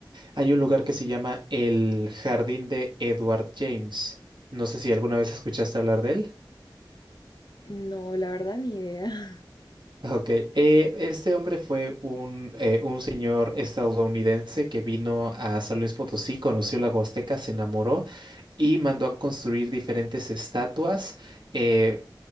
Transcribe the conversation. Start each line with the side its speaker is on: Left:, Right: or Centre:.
Right: Hay un lugar que se llama el Jardín de Edward James. No sé si alguna vez escuchaste hablar de él.
Left: No, la verdad, ni idea.
Right: Ok, eh, este hombre fue un, eh, un señor estadounidense que vino a San Luis Potosí, conoció la Huasteca, se enamoró y mandó a construir diferentes estatuas. eh,